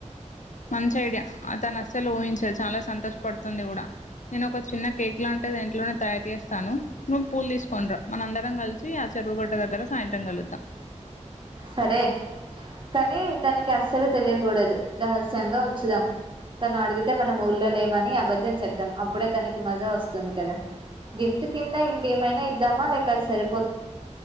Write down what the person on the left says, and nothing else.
మంచి ఐడియా ఆ తను అస్సలు ఊహించదు చాలా సంతోషపడుతుంది కూడా నేను ఒక చిన్న కేక్ లాంటిది ఇంట్లోనే తయారు చేస్తాను, నువ్వు పూలు తీసుకోని రా మన అందరం కలిసి ఆ చెరువుగట్ట దగ్గర సాయంత్రం కలుద్దాం.